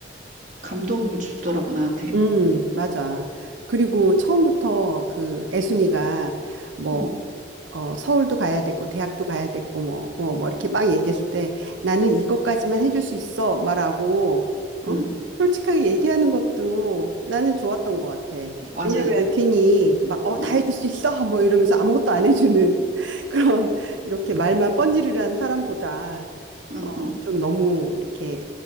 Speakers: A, on the right; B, on the right.
A: 감동을 주더라고 나한테.
B: 음, 맞아. 그리고 처음부터 그 애순이가 뭐,
A: 응,
B: 어, 서울도 가야 되고, 대학도 가야 되고, 뭐, 뭐, 뭐, 이렇게 막 얘기했을 때 나는 이것까지만 해줄 수 있어. 말하고, 어?
A: 응,
B: 솔직하게 얘기하는 것도 나는 좋았던 것 같아.
A: 맞아.
B: 왜냐면 괜히 막, 어, 다
A: 응,
B: 해줄 수 있어. 뭐 이러면서 아무것도 안 해주는 <laughs> 그런 이렇게 말만 번지르르한 사람보다
A: 응, 응,
B: 좀 너무 이렇게